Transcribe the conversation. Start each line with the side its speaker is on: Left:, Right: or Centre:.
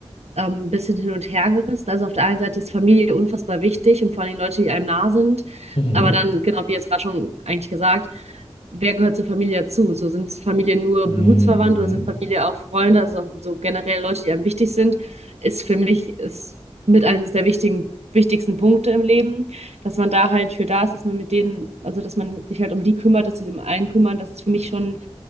Right: ähm, bisschen hin und her gerissen. Also auf der einen Seite ist Familie unfassbar wichtig und vor allem Leute, die einem nah sind.
Left: mhm,
Right: Aber dann, genau wie jetzt gerade schon eigentlich gesagt, wer gehört zur Familie dazu? So sind Familie nur
Left: mhm,
Right: Blutsverwandt
Left: mhm.
Right: oder sind Familie auch Freunde, also so generell Leute, die einem wichtig sind, ist für mich ist mit eines der wichtigen wichtigsten Punkte im Leben, dass man da halt für da ist, dass man mit denen, also dass man sich halt um die kümmert, dass sie um einen kümmern, das ist für mich schon,